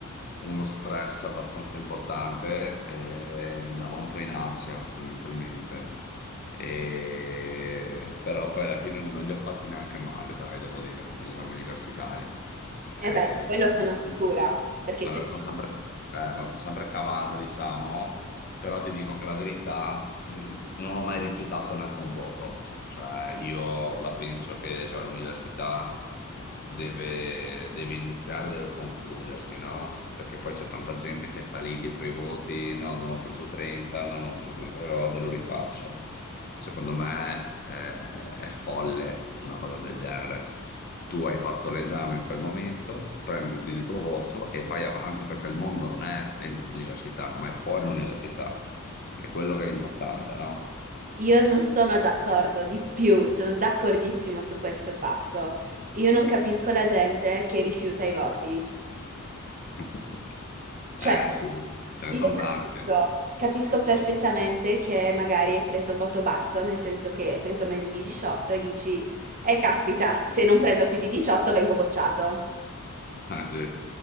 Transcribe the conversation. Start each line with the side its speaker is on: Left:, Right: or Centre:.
Left: uno stress abbastanza importante e andavo un po' in ansia tendenzialmente. E- Però poi alla fine non li ho fatti neanche male, dai, devo dire, gli esami universitari. Eh,
Right: E beh, di quello
Left: me
Right: sono
Left: la sono
Right: sicura, perché
Left: me
Right: se
Left: la sono sempre,
Right: no,
Left: eh, me la sono sempre cavata, diciamo però ti dico anche la verità, mh, non ho mai rifiutato neanche un voto, cioè io la penso che cioè, l'università deve, deve iniziare, deve concludersi, no? Perché poi c'è tanta gente che sta lì dietro i voti, no, non ho preso 30, no, non ho preso 30 euro, lo rifaccio. Secondo me eh, è folle una cosa del genere. Tu hai fatto l'esame in quel momento, prenditi il tuo voto e vai avanti perché il mondo non è dentro l'università, ma è fuori l'università. È quello che è importante, no?
Right: io non sono d'accordo di più, sono d'accordissimo su questo fatto. Io non capisco la gente che rifiuta i voti.
Left: <laughs>
Right: Cioè,
Left: Eh sì, ce ne
Right: Io
Left: sono
Right: capisco,
Left: tanti.
Right: capisco perfettamente che magari hai preso un voto basso, nel senso che hai preso meno di 18 e dici, eh caspita, se non prendo più di 18 vengo bocciato.
Left: Ah sì,